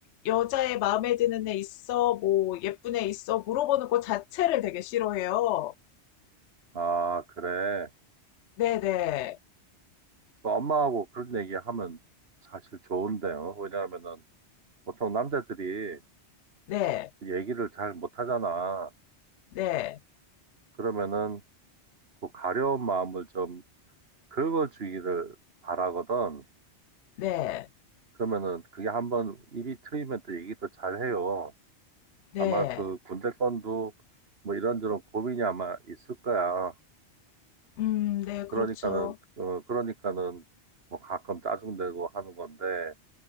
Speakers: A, on the left; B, on the right.
A: 여자애 마음에 드는 애 있어, 뭐 예쁜 애 있어 물어보는 거 자체를 되게 싫어해요.
B: 아, 그래.
A: 네네. 네.
B: 그 엄마하고 그런 얘기 하면 사실 좋은데요. 왜냐하면은 보통 남자들이
A: 네.
B: 얘기를 잘 못하잖아.
A: 네.
B: 그러면은 그 가려운 마음을 좀 긁어주기를 바라거든.
A: 네.
B: 그러면은 그게 한번 입이 트이면 또 얘기도 잘 해요.
A: 네.
B: 아마 그 군대 건도 뭐 이런저런 고민이 아마 있을 거야.
A: 음, 네, 그렇죠.
B: 그러니까는, 어, 그러니까는 뭐 가끔 짜증내고 하는 건데